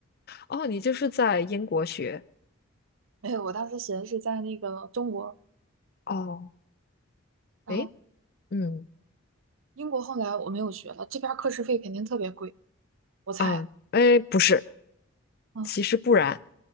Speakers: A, on the left; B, on the right.
A: 哦，你就是在英国学
B: <laughs> 哎，我当时学的是在那个中国，
A: 哦？
B: 然后
A: 诶，嗯
B: 英国后来我没有学了，这边儿课时费肯定特别贵，我猜。
A: 啊，诶，不是，
B: 嗯，
A: 其实不然，